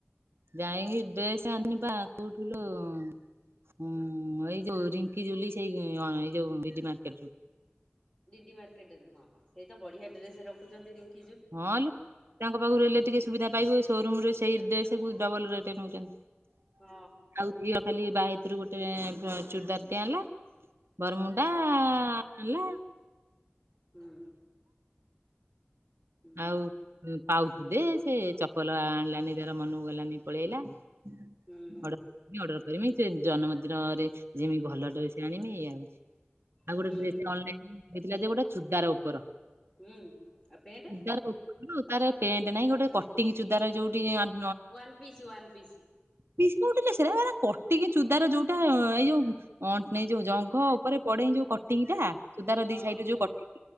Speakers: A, on the right; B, on the left.
A: ଯାଇକି ଡ୍ରେସ ଆନିନି ପା କୋଉଠୁ ଲୋ ଉଁ ଉଁ ଏ ଯୋଉ ରିଙ୍କି ଜୁଲି ସେଇ ଡି ଡ଼ି ମାର୍କେଟ ରୁ।
B: ଡିଡି ମାର୍କେଟ୍ ରୁ ହଁ। ସେଇତ ବଢିଆ ଡ୍ରେସ୍ ରଖୁଛନ୍ତି କି?
A: ହଁ ଲୁ ତାଙ୍କ ପାଖରୁ ହେଲେ ଟିକେ ସୁବିଧା ପାଇବ ସୋରୁମ ରେ ସେଇ ଡ୍ରେସ୍ କୁ ଡବଲ ରେଟ ନେଉଛନ୍ତି।
B: ହଁ
A: ଆଉ ଝିଅ ଖାଲି ବାହେତରୁ ଗୋଟେ ଚୁଡ଼ିଦାର ଟେ ଆଣିଲା ବରମୁଣ୍ଡା
B: ହଁ
A: ହେଲା
B: ହୁଁ ହୁଁ।
A: ଆଉ ଉ ପାଉଚୁ ଦେ ସେ ଚପଲ ଆଣିଲାନି ତାର ମନକୁ ଗଲାନି ପଳେଆଇଲା <unintelligible>
B: ହୁଁ
A: କରିମି ସେ ଜନ୍ମଦିନରେ ଯିମି ଭଲ ଡ୍ରେସ ଆଣିମି ଏୟା ଆଉ
B: ହୁଁ
A: ଗୋଟେ ଡ୍ରେସ ଅନଲାଇନ ହେଇଥିଲା ଯେ ଗୁଡା ଛୁତକାର ଉପର
B: ହୁଁ ଆଉ ପେଣ୍ଟ
A: <unintelligible> ତାର ପେଣ୍ଟ ନାଇଁ ଗୋଟେ କଟିଙ୍ଗ ଚୁଡ଼ିଦାର ଯୋଉ design
B: one piece one piece
A: piece ଉଠିଲେ କଟିକି ଜୁତାର ଯୋଉଟା ଏଇ ଯୋଉ ଏଇ ଯୋଉ ଜଙ୍ଘ ଉପରେ ପଡେ ଯୋଉ କଟିଙ୍ଗ ଟା ସୂତାର
B: ହଁ
A: ଦି ସାଇଟରୁ ଯୋଉ କଟିଙ୍ଗ,